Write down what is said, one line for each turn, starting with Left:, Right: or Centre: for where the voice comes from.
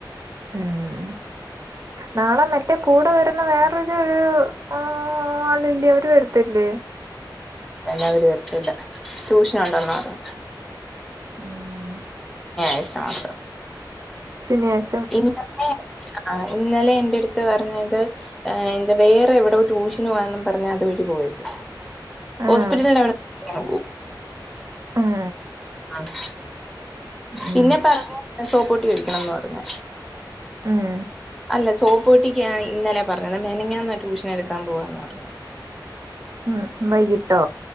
Right: ഉം നാളെ മറ്റേ കൂടെ വരുന്ന വേറൊരു ഒരു ആളില്ലേ അവര് വരുത്തില്ലേ
Centre: ഇല്ല അവർ വരതില്ല ട്യൂഷന ഉണ്ടോന്ന പറഞ്ഞേ
Right: ഉം
Centre: യിഷ മാത്രം
Right: ശനിയായി
Centre: ഇന്നലെ ആ ഇന്നലെ എന്റെ അടുത്ത് പറഞ്ഞത് വേറെ എവിടോ റ്റുഷിനു വാനും പറഞ്ഞാ അത് വഴി പോയത്
Right: ആഹ്
Centre: ഹോസ്പിറ്റലവിടെ പോ
Right: ഉം
Centre: ആഹ്
Right: ഉം
Centre: പിന്നെ പറഞ്ഞ് സോപ്പൊട്ടി വേടിക്കണന്ന് പറഞ്ഞ്
Right: ഉം
Centre: അല്ല സോപ്പോട്ടിക്ക ഇന്നലെ പറഞ്ഞത് മെനഞ്ഞാന്നാ ട്യൂഷൻ എടുക്കാൻ പോവാന്ന് പറഞ്ഞത്
Right: ഉം വൈകിട്ടോ